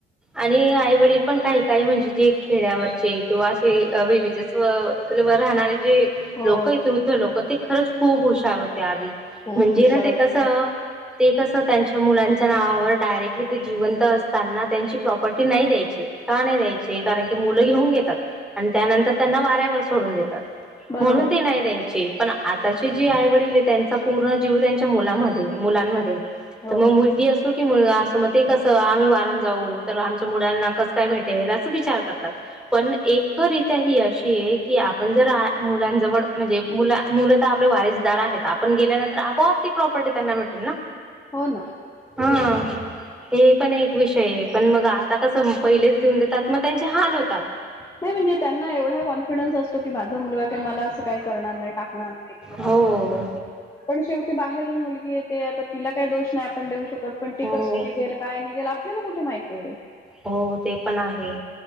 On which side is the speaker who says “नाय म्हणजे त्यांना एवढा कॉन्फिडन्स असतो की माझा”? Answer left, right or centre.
Left